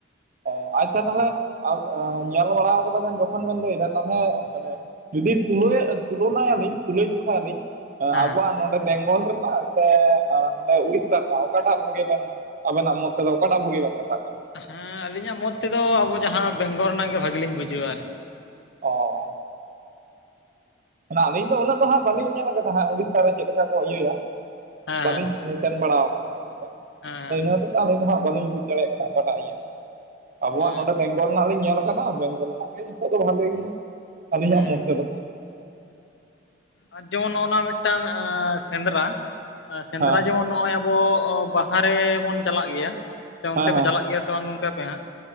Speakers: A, on the right (about 45°); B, on the left (about 70°).
A: ᱚ ᱟᱪᱪᱷᱟ ᱛᱟᱦᱮᱞᱮ ᱟᱵ-ᱚ ᱧᱮᱞ ᱵᱟᱲᱟᱣ ᱟᱠᱟᱫᱟ ᱵᱮᱱ ᱡᱚᱠᱷᱚᱱ ᱵᱮᱱ ᱞᱟᱹᱭ ᱮᱫᱟ ᱛᱟᱞᱦᱮ, ᱢᱟᱱᱮ ᱡᱩᱫᱤ ᱛᱩᱞᱟᱹ ᱭᱟᱜ ᱛᱩᱞᱟᱹᱱᱟ ᱭᱟᱹᱞᱤᱧ ᱛᱩᱞᱟᱹ ᱡᱚᱠᱷᱟ ᱭᱟᱹᱞᱤᱧ, ᱮᱸ ᱟᱵᱚᱣᱟᱜ
B: ᱦᱮᱸ
A: ᱱᱚᱰᱮ ᱵᱮᱝᱜᱚᱞ ᱨᱮᱱᱟᱜ ᱥᱮ ᱟᱸ ᱦᱟᱸᱰᱮ ᱩᱲᱤᱥᱥᱟ ᱨᱮᱱᱟᱜ, ᱚᱠᱟ ᱴᱟᱜ ᱵᱷᱟᱜᱮ ᱵᱮᱱ ᱟᱵᱮᱱᱟᱜ ᱢᱚᱛᱚᱵᱽᱼᱮ ᱚᱠᱟᱴᱟᱜ ᱵᱷᱟᱹᱜᱤ ᱵᱮᱱ ᱢᱮᱛᱟᱜ ᱠᱟᱱᱟ?
B: ᱦᱮᱸ ᱟᱞᱤᱧᱟᱜ ᱢᱚᱛ ᱛᱮᱫᱚ ᱟᱵᱚ ᱡᱟᱦᱟᱸ ᱵᱮᱝᱜᱚᱞ ᱨᱮᱱᱟᱜ ᱜᱮ ᱵᱷᱟᱜᱤᱞᱤᱧ ᱵᱩᱡᱷᱟᱹᱣᱟ ᱟᱨᱠᱤ
A: ᱚᱻ ᱚᱱᱟ ᱟᱹᱞᱤᱧ ᱫᱚ ᱩᱱᱟᱹᱜ ᱫᱚ ᱦᱟᱸᱜ ᱵᱟᱹᱞᱤᱧ ᱧᱮᱞ ᱟᱠᱟᱫᱟ ᱦᱟᱸᱜ ᱩᱲᱤᱥᱥᱟ ᱨᱮ ᱪᱮᱫ ᱞᱮᱠᱟ ᱠᱚ ᱤᱭᱟᱹᱭᱟ
B: ᱦᱮᱸ
A: ᱵᱟᱹᱞᱤᱧ ᱥᱮᱱ ᱵᱟᱲᱟᱣ ᱟᱠᱟᱱᱟ ᱚᱱᱛᱮ
B: ᱦᱮᱸ
A: ᱫᱚ ᱤᱱᱟᱹ ᱦᱚᱛᱮᱛᱮ ᱟᱹᱞᱤᱧ ᱫᱚ ᱦᱟᱸᱜ ᱵᱟᱹᱞᱤᱧ ᱵᱩᱡᱽ ᱫᱟᱲᱮᱭᱟᱜ ᱠᱟᱱᱟ ᱚᱠᱟᱴᱟᱜ ᱤᱭᱟᱹ ᱟᱵᱚᱣᱟᱜ
B: ᱦᱮᱸ
A: ᱱᱚᱰᱮ ᱵᱮᱝᱜᱚᱞ ᱨᱮᱱᱟᱜ ᱞᱤᱧ ᱧᱮᱞ ᱟᱠᱟᱫᱟ ᱵᱮᱝᱜᱚᱞ ᱨᱮᱱᱟᱜ ᱜᱮ ᱡᱷᱚᱛᱚ ᱜᱮ ᱵᱷᱟᱞᱮ ᱜᱮᱭᱟ ᱟᱹᱞᱤᱧᱟᱜ
B: ᱦᱮᱸ
A: ᱢᱚᱛ
B: ᱦᱮᱸ
A: ᱛᱮᱫᱚ।
B: ᱟᱨ ᱡᱮᱢᱚᱱ ᱱᱚᱜᱼᱱᱟ ᱢᱤᱫᱴᱟᱝ ᱟᱸᱻ ᱥᱮᱸᱫᱽᱨᱟ ᱥᱮᱸᱫᱽᱨᱟ
A: ᱦᱮᱸ
B: ᱡᱮᱢᱚᱱ ᱱᱚᱜ ᱚᱭ ᱵᱚᱻ ᱵᱟᱦᱟ ᱨᱮᱻ ᱵᱚᱱ ᱪᱟᱞᱟᱜ ᱜᱮᱭᱟ ᱥᱮ ᱚᱱᱛᱮ
A: ᱦᱮᱸ
B: ᱯᱮ ᱪᱟᱞᱟᱜ ᱜᱮᱭᱟ ᱥᱮ ᱵᱟᱝ ᱜᱚᱝᱠᱮ ᱟᱯᱮ ᱦᱟᱸᱜ?